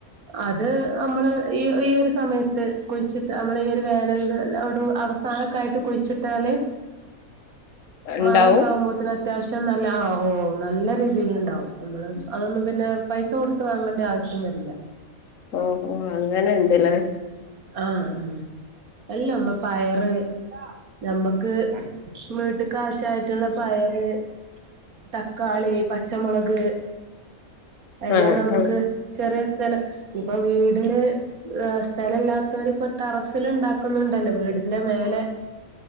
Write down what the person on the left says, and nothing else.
ഇണ്ടാവും
ഓ ഓ അങ്ങനെ ണ്ട്ല്ലേ
ആഹ്
ആഹ്